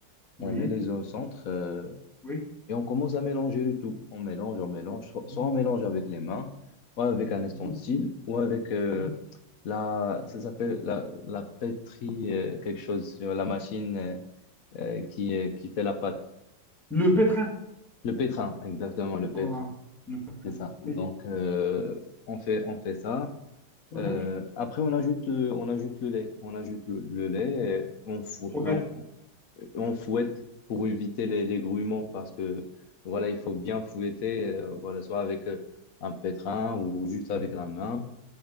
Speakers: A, in the centre; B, on the left.
A: Oui.
B: On met les œufs au centre. euh,
A: Oui.
B: et on commence à mélanger le tout. On mélange, on mélange. Soit,
A: Mhm.
B: soit on mélange avec les mains, ou avec un ustensile,
A: Mhm.
B: ou avec euh,
A: Mhm.
B: la, ça s'appelle la, la pétrie, euh, quelque chose sur la machine euh, euh, qui, euh, qui fait la pâte.
A: Le pétrin.
B: Le pétrin, exactement, le pétrin.
A: Voilà. Le pétrin.
B: C'est ça. Donc,
A: Oui.
B: euh, on fait, on fait ça.
A: Mhm.
B: Euh, après, on ajoute, euh, on ajoute le lait. On ajoute le, le lait, et on, fou-
A: Progresse.
B: on, Euh, on fouette pour éviter les, les grumeaux parce que voilà, il faut bien fouetter, euh, voilà, soit avec euh, un pétrin ou juste
A: Mhm.
B: avec la main